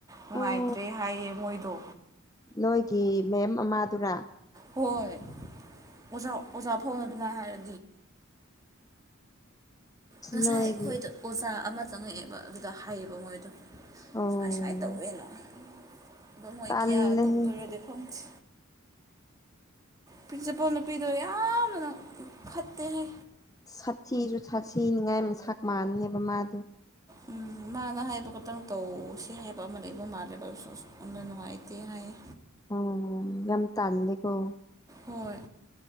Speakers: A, on the right; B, on the left.
A: ꯅꯨꯡꯉꯥꯏꯇ꯭ꯔꯦ
B: ꯑꯣ
A: ꯍꯥꯏꯌꯦ ꯃꯣꯏꯗꯣ
B: ꯅꯣꯏꯒꯤ ꯃꯦꯝ ꯑꯃꯥꯗꯨꯔ
A: ꯍꯣꯏ ꯑꯣꯖꯥ ꯑꯣꯖꯥ ꯐꯥꯎꯅ ꯑꯗꯨꯃꯥꯏ ꯍꯥꯏꯔ ꯉꯁꯥꯏ
B: ꯅꯣꯏꯒꯤ
A: ꯑꯩꯈꯣꯏꯗ ꯑꯣꯖꯥ ꯑꯃ ꯆꯪꯉꯛꯑꯦꯕ ꯑꯗꯨꯗ ꯍꯥꯏꯌꯦꯕ ꯃꯣꯏꯗꯣ
B: ꯑꯣ
A: ꯁꯨꯃꯥꯏ ꯁꯨꯃꯥꯏꯅ ꯇꯧꯋꯦꯅ ꯑꯗꯨꯃꯣꯏ
B: ꯇꯜꯂꯦꯍꯦ
A: ꯀꯌꯥ ꯇꯣꯛꯇꯣꯏꯔꯗꯤ ꯈꯪꯗꯦ ꯄ꯭ꯔꯤꯟꯁꯤꯄꯜ ꯅꯨꯄꯤꯗꯣ ꯌꯥꯝꯅ ꯐꯠꯇꯦ ꯍꯦ
B: ꯁꯥꯊꯤꯁꯨ ꯁꯥꯊꯤꯅꯤꯉꯥꯏ ꯃꯁꯛ ꯃꯥꯟꯅꯦꯕ ꯃꯥꯗꯣ
A: ꯎꯝ ꯃꯥꯅ ꯍꯥꯏꯕ ꯈꯛꯇꯪ ꯇꯧꯁꯤ ꯍꯥꯏꯕ ꯑꯃ ꯂꯩꯕ ꯃꯥꯜꯂꯦꯕ ꯑꯗꯨꯁꯨ ꯑꯗꯨꯅ ꯅꯨꯡꯉꯥꯏꯇꯦ ꯍꯥꯏꯌꯦ
B: ꯑꯣ ꯌꯥꯝ ꯇꯜꯂꯦꯀꯣ
A: ꯍꯣꯏ